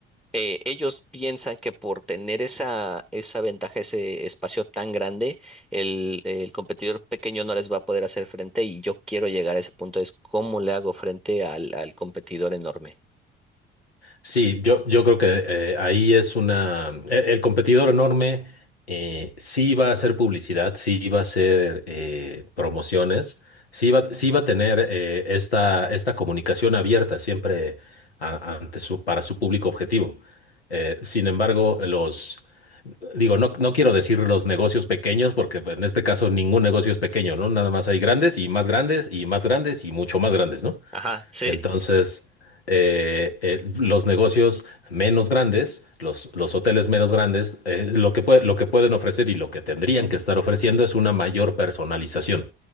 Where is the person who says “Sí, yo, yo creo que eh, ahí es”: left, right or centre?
Left